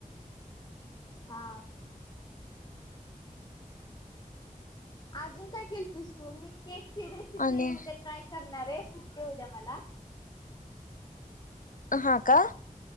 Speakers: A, on the left; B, on the left.
A: हा. अजून काय केलतीस तू मी केक ची रेसिपी
B: आणि
A: उद्या ट्राय करणारे सुट्टीये उद्या मला.
B: हा का.